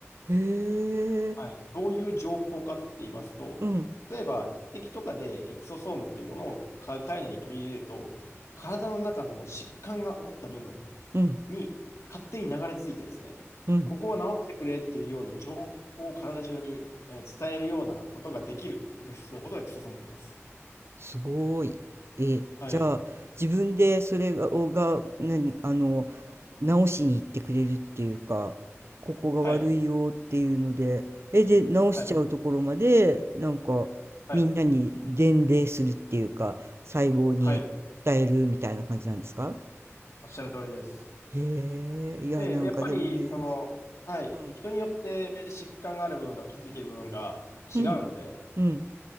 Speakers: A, on the right; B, on the left.
A: へえ、
B: はい。どういう情報かって言いますと、
A: うん、
B: 例えば、敵とかでエクソソームっていうものをか体内に取り入れると、体の中の疾患が起こった部分
A: うん、
B: に勝手に流れ着いてですね、
A: うん。
B: ここを治してくれっていうような情報を体中にえー伝えるようなことができる物質のことをエクソソームって言います。
A: すごーい。え、
B: はい。
A: じゃあ、自分でそれが、をが、何、あの、直しに行ってくれるっていうか、ここが悪いよっていうので、
B: はい。
A: え、で、直しちゃうところまで、
B: はい。
A: なんか、
B: はい。
A: みんなに伝令するっていうか、細胞に伝えるみたいな感じなんですか
B: はい。おっしゃる通りです。
A: へえ、いや、
B: で、
A: なんかでもね、
B: やっぱり、その、はい、
A: うん、
B: 人によって疾患がある部分と気づける部分が違うので、
A: うん、うん、